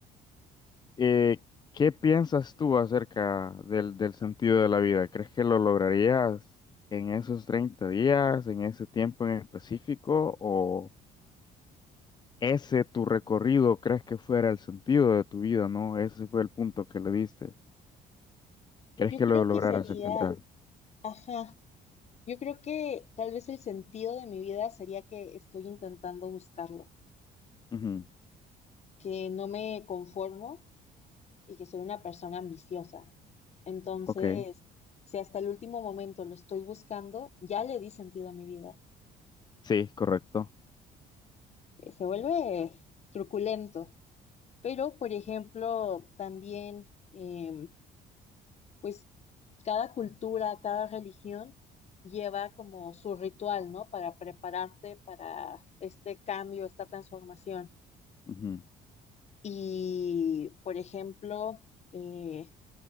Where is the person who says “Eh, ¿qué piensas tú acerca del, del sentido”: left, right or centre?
Left